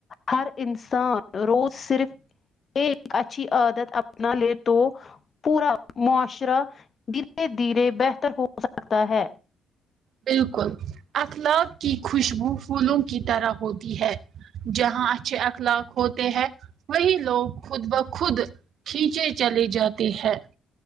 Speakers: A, on the left (about 45°); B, on the right (about 70°).
A: ہر انسان روز صرف یہ اچھی عادت اپنا لے تو پورا معاشرہ دھیرے دھیرے بہتر ہو سکتا ہے
B: بالکل اخلاق کی خوشبو پھولوں کی طرح ہوتی ہے جہاں اچھے اخلاق ہوتے ہیں وہی لوگ خود بخود کھینچے چلے جاتےہے